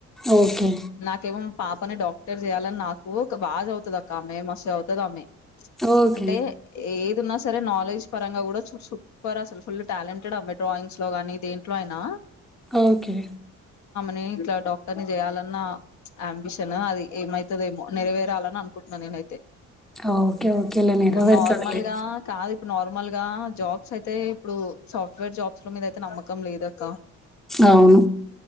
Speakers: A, in the centre; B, on the left (about 70°).
A: ఓకే
B: నాకేమో మా పాపని డాక్టర్ చేయాలని నాకు ఒక బాగా చదువుతాది అక్క ఆమె మస్తు చదువుతది ఆమె
A: ఓకే
B: అంటే ఏదున్నా సరే నాలెడ్జ్ పరంగా కూడ సు సూపర్ అసలు. ఫుల్ టాలెంటెడ్ అబ్బ డ్రాయింగ్స్ లో గాని, దేంట్లో అయినా,
A: ఓకె.
B: నేన్ ఇట్ల డాక్టర్ ని చేయాలన్న. ఆమ్బిషన్ అది ఏమైతదొ, ఏమో. నెరవేరాలని అనుకుంటున్న నేనైతే.
A: ఓకే ఓకే నెరవేరుతుందిలే
B: ఇప్పుడు నార్మల్ గా కాదు. ఇప్పుడు నార్మల్ గా జాబ్స్ అయితే, ఇప్పుడు సాఫ్ట్వేర్ జాబ్స్ ల మీదయితే నమ్మకం లేదక్క.
A: అవును